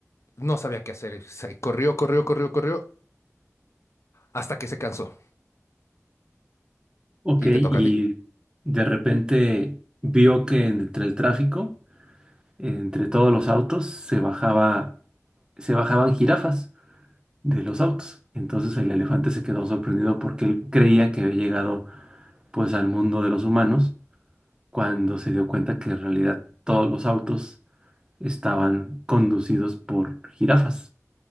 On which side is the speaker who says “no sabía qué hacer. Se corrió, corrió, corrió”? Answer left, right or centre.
Left